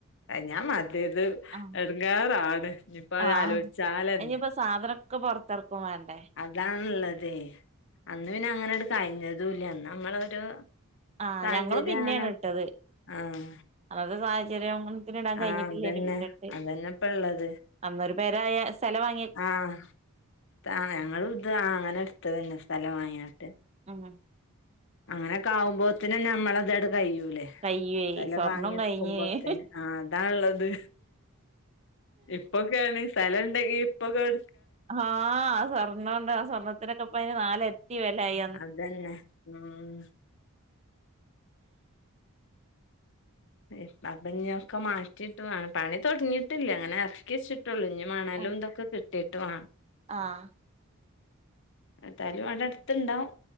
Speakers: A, on the left; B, on the right.
A: ക ഞാൻ മറ്റേത്
B: ആഹ്
A: എടങ്ങേറാണ് ഇനിയിപ്പോ അത്
B: ആഹ്
A: ആലോചിച്ചാലെന്നെ
B: ഇനിയിപ്പോ സാധനൊക്കെ പൊറത്തറക്കും വേണ്ടേ
A: അതാണുള്ളതേ അന്ന് പിന്നെ അങ്ങനെടു കഴിഞ്ഞതുല്ല നമ്മളൊരു
B: ആഹ്
A: സാഹചര്യം
B: ഞങ്ങളും പിന്നെയാണ്
A: അങ്ങനെ
B: ഇട്ടത്
A: ആഹ്
B: അത് സാഹചര്യം തിന് ഇടാൻ കഴിഞ്ഞിട്ടില്ലേന്ന്
A: ആഹ് അതന്നെ
B: പിന്നെട്ട്
A: അതന്നെ ഇപ്പള്ളത്
B: അന്നൊരു പെരായ സ്ഥലമാ
A: ആഹ് ത ആഹ് ഞങ്ങളുത് ആഹ് അങ്ങനെ എടുത്തതെന്നെ സ്ഥലം വാങ്ങിയിട്ട്.
B: ആഹ്
A: അങ്ങനൊക്കെ ആവുമ്പോത്തിന് നമ്മളതടെ കഴിയൂലേ
B: കയ്യുവേ
A: അതല്ലാം
B: സ്വർണം
A: വാങ്ങി എടുക്കുമ്പോത്തേന്
B: കഴിഞ്ഞ്
A: ആഹ് അതാവുള്ളത് ഇപ്പൊക്കെയാണ് സ്ഥലുണ്ടെങ്കി ഇപ്പൊക്കെ എ
B: ആഹ് സ്വർണ്ണംമൊണ്ട് ആഹ് സ്വർണ്ണത്തിനൊക്കെപ്പയിന് നാലിരട്ടി വിലയായി
A: അതന്നെ ഉം ഏഹ് അവിഞ്ഞൊക്കെ മാറ്റിട്ട് വേണം പണി തൊടങ്ങീട്ടില്ല അങ്ങനെ തേശ്ചിട്ടൊള്ളിൻ ഇനി മണലും
B: ആഹ്
A: ഇന്തൊക്കെ കിട്ടയിട്ട് വേണം
B: ആഹ്
A: എന്താലും അത് അടുത്തുണ്ടാവും